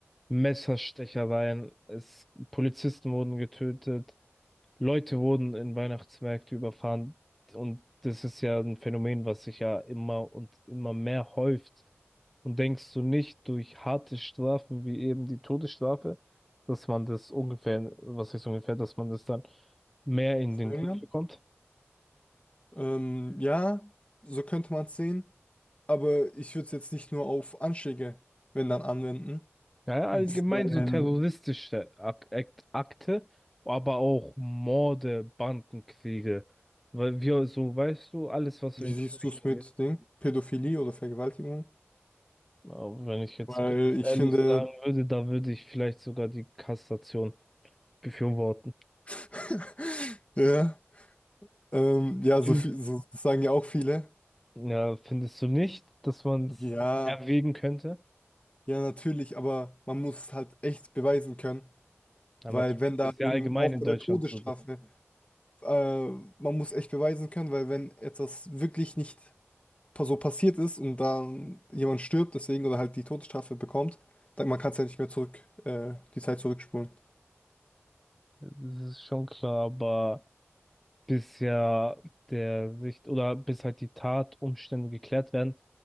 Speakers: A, in the centre; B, on the left.
A: Messerstechereien, es, Polizisten wurden getötet, Leute wurden in Weihnachtsmärkte überfahren und das ist ja ein Phänomen, was sich ja immer und immer mehr häuft. Und denkst du nicht durch harte Strafen wie eben die Todesstrafe, dass man das ungefähr, was heißt ungefähr, dass man das dann mehr in
B: Verringern?
A: den Griff bekommt?
B: Ähm, ja, so könnte man es sehen. Aber ich würde es jetzt nicht nur auf Anschläge, wenn dann, anwenden.
A: Ja, ja, allgemein
B: Weil,
A: so terroristische Ak Akt Akte, aber auch Morde, Bandenkriege. Weil wir so, weißt du, alles, was
B: wie
A: so in die
B: siehst
A: Richtung
B: du es mit
A: geht.
B: Ding? Pädophilie oder Vergewaltigung?
A: Aber wenn ich jetzt
B: Weil
A: ganz
B: ich
A: ehrlich
B: finde,
A: sagen würde, da würde ich vielleicht sogar die Kassation befürworten.
B: <laughs> ja, ähm, ja, so
A: Fin-
B: viel, so, das sagen ja auch viele.
A: Ja, findest du nicht, dass man es
B: Ja,
A: erwägen könnte?
B: ja, natürlich, aber man muss es halt echt beweisen können.
A: Ja,
B: Weil
A: natürlich,
B: wenn da
A: das ist
B: irgend,
A: ja allgemein
B: auch
A: in
B: bei
A: Deutschland
B: der Todesstrafe,
A: so.
B: äh, man muss echt beweisen können, weil wenn etwas wirklich nicht so passiert ist und dann jemand stirbt, deswegen oder halt die Todesstrafe bekommt, dann man kann es ja nicht mehr zurück, äh, die Zeit zurückspulen.
A: Das ist schon klar, aber. bis ja der Sicht oder bis halt die Tatumstände geklärt werden,